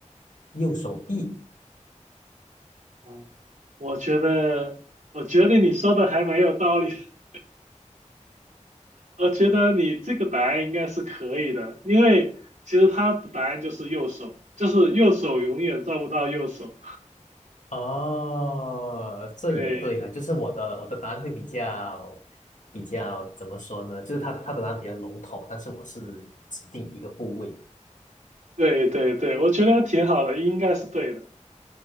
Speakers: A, on the left (about 75°); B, on the right (about 80°).
A: 右手臂。
B: 啊？我觉得，我觉得你说的还蛮有道理的 <laughs> 我觉得你这个答案应该是可以的，因为其实他的答案就是右手，就是右手永远照不到右手。
A: 哦，这也对了，
B: 对，
A: 就是我的我的答案会比较比较怎么说呢？就是他他的答案比较笼统，但是我是指定一个部位。
B: 对，对，对，我觉得挺好的，应该是对的。